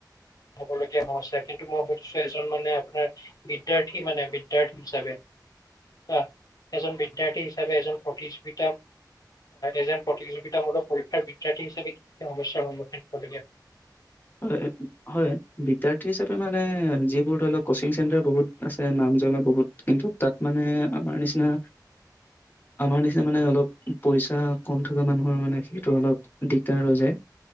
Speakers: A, on the left; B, on the left.
A: হ'বলগীয়া সমস্যা খিন মই সুধিছোঁ এজন মানে আপোনাৰ বিদ্যাৰ্থীৰ মানে বিদ্যয়াৰ্থী হিচাপে অ। এজন বিদ্যাৰ্থী হিচাপে এজন প্ৰতিযোগিতা এজন প্ৰতিযোগিতামূলক পৰীক্ষাৰ বিদ্যাৰ্থী হিচাপে কি কি সমস্যাৰ সন্মুখীন হ'বলগে
B: হয় হয় বিদ্্যাৰ্থী হিচাপে মানে যিবোৰ ধৰি লওক কচিং চেণ্টাৰ বহুত আছে নাম জ্বলা বহুত কিন্তু তাত মানে আমাৰ নিচিনা আমাৰ নিচিনা মানে অলপ পইচা কম থকা মানুহৰ মানে সেইটো অলপ দিগদাৰ হৈ যায়